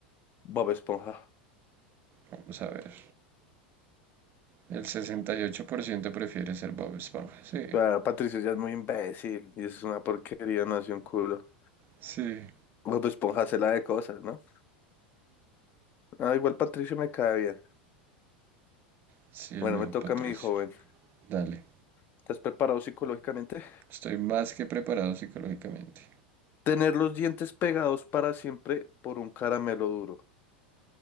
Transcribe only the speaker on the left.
Bob Esponja.
Claro, Patricio ya es muy imbécil y eso es una porquería, no hace un culo.
Bob Esponja se la de cosas, ¿no? Ah, igual Patricio me cae bien.
Bueno,
me toca
a mi joven.
¿Estás preparado psicológicamente?
Tener los dientes pegados para siempre por un caramelo duro.